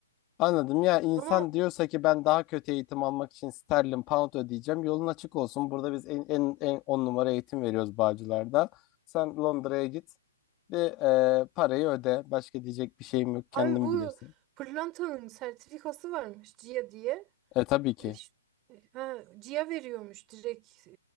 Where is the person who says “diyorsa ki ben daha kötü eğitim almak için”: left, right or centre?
Left